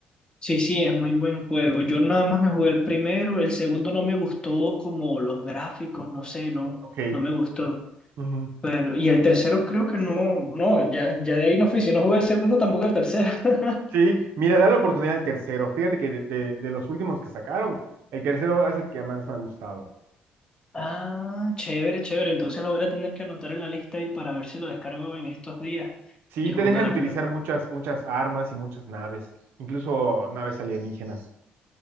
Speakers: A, on the left; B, on the right.
A: Sí, sí, es muy buen juego. Yo nada más me jugué el primero, el segundo no me gustó como los gráficos, no sé, no,
B: Ok.
A: no me gustó.
B: ujú.
A: Bueno, y el tercero creo que no, no, ya, ya de ahí no fui, si no jugué el segundo, tampoco el tercero. <laughs>
B: Sí, mira, da la oportunidad al tercero. Fíjate que de, de- de los últimos que sacaron, el tercero es el que más me ha gustado.
A: Ah, chévere, chévere, entonces lo voy a tener que anotar en la lista y para ver si lo descargo en estos días
B: Sí,
A: y jugarlo.
B: te dejan utilizar muchas, muchas armas y muchas naves, incluso naves alienígenas.